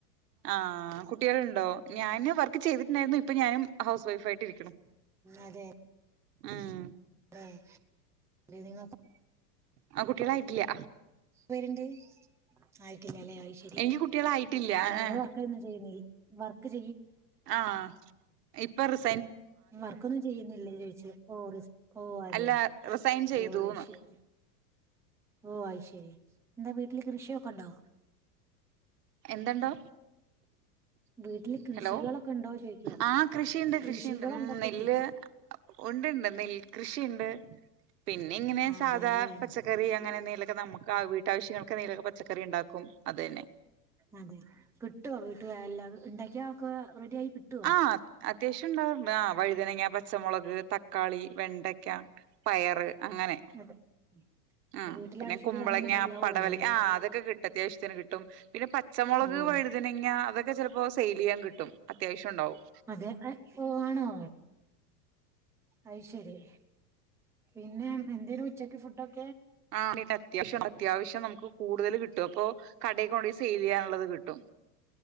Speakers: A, on the right (about 80°); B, in the centre.
A: ആഹ് കുട്ടികളുണ്ടോ ഞാന് വർക്ക് ചെയ്തിട്ടുണ്ടായിരുന്നു ഇപ്പൊ ഞാനും ഹൗസ് വൈഫായിട്ട് ഇരിക്കണു
B: അതെ
A: ആഹ്
B: ആഹ്
A: ആ കുട്ടികളായിട്ടില്ല
B: എത്ര പേരുണ്ട് ആയിട്ടില്ലല്ലേ അയ്ശെരി
A: എനിക്ക് കുട്ടികളായിട്ടില്ല
B: പിന്നെ നിങ്ങള്
A: ഏഹ്
B: വർക്ക് ഒന്നും ചെയ്യുന്ന വർക്ക് ചെ
A: ആഹ് ഇപ്പ റിസ്
B: വർക്കൊന്നും ചെയ്യുന്നില്ലേ ചോദിച്ചയാ ഓറിസ് ഓ അതെയോ
A: അല്ല റിസൈൻ ചെയ്തൂന്ന്
B: ഓ അയ്ശെരി ഓ അയ്ശെരി എന്താ വീട്ടില് കൃഷിയൊക്കെണ്ടോ
A: എന്തണ്ടോ
B: വീട്ടില് കൃഷികളൊക്കെ
A: ഹലോ
B: ഉണ്ടോ ചോദിക്കുക
A: ആ കൃഷിയുണ്ട്
B: കൃഷികളുണ്ടൊക്കെ
A: കൃഷിയുണ്ട് നെല്ല്
B: ചോദിക്കുക
A: ഉണ്ട്ണ്ട് നെൽ കൃഷിണ്ട് പിന്നെ ഇങ്ങനെ
B: അതെല്ലേ
A: സാധാ പച്ചക്കറി അങ്ങനെ എന്തെലൊക്കെ നമുക്ക് ആ വീട്ടാവശ്യങ്ങൾക്കെന്തേലും പച്ചക്കറി ഉണ്ടാക്കും അതു തന്നെ
B: അതെ കിട്ടുവ വീട്ടു എല്ല ഉണ്ടാക്കിയ ഒക്കെ റെഡി ആയി കിട്ടുവോ
A: ആഹ് അത്യാവശ്യംണ്ടാവാറ്ണ്ട് ആ വഴുതനങ്ങ പ പച്ചമുളക് തക്കാളി വെണ്ടയ്ക്ക പയറ് അങ്ങനെ
B: അതെ
A: ആ
B: വീട്ടിലെ
A: പിന്നെ
B: ആവശ്യത്തിന്
A: കുമ്പളങ്ങ
B: അതന്നെ മതിയാവുമല്ലോ
A: പടവലങ്ങ
B: അല്ലെ
A: ആഹ് അതൊക്കെ കിട്ടും അത്യാവശ്യം കിട്ടും പിന്നെ പച്ചമുളക്
B: ഓ
A: വഴുതനങ്ങ അതൊക്കെ ചിലപ്പോ സെയിൽ ചെയ്യാൻ കിട്ടും അത്യാവശ്യം ഉണ്ടാവും
B: അതെ അ പോവാണോ അയ്ശരി പിന്നെ എന്തേലും ഉച്ചക്ക് ഫുഡൊക്കെ
A: ആഹ് അത്യാവശ്യം അത്യാവശ്യം നമുക്ക് കൂടുതൽ കിട്ടും അപ്പൊ കടയിൽ കൊണ്ടുപോയി സെയിൽ ചെയ്യാനുള്ളത് കിട്ടും